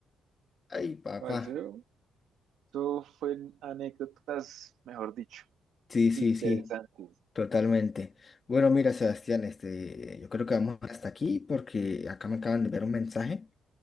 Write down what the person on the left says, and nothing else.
<laughs> Ay, papá.
Sí, sí,
sí, totalmente. Bueno, mira, Sebastián, este, yo creo que vamos hasta aquí porque acá me acaban de ver un mensaje